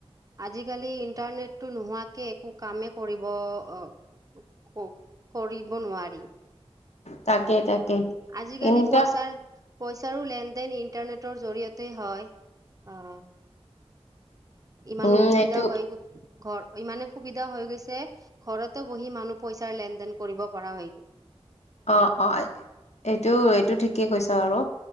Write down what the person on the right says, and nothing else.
আজিকালি ইণ্টাৰনেটটো নোহোৱাকে একো কামেই কৰিব অ কৰি ব নোৱাৰি।
আজিকালি
পইচাৰ পইচাৰো লেনদেন ইণ্টাৰনেটৰ জৰিয়তেই হয়। অঁ! ইমানো
সুবিধা
হয় গৈ ঘৰ, ‌ইমানে সুবিধা হৈ গৈছে, ঘৰতো বহি মানুহ পইচাৰ লেনদেন কৰিব পৰা হয়।